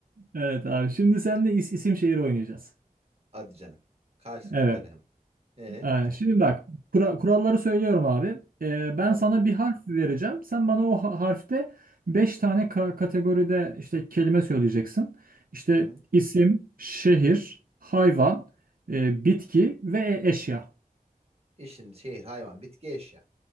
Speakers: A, on the right (about 75°); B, on the right (about 45°).
A: Evet abi şimdi seninle is- isim şehir oynayacağız.
B: Hadi canım. Karşılıklı
A: Evet.
B: böyle hemen. E,
A: Aynen. Şimdi bak kura- kuralları
B: Hı hı.
A: söylüyorum abi. Ee, ben
B: tamam.
A: sana bir harf vereceğim. Sen bana o ha- harfte 5 tane ka- kategoride işte kelime söyleyeceksin. İşte
B: Hı hı.
A: isim, şehir, hayvan, e, bitki ve e- eşya.
B: İsim, şehir, hayvan, bitki, eşya.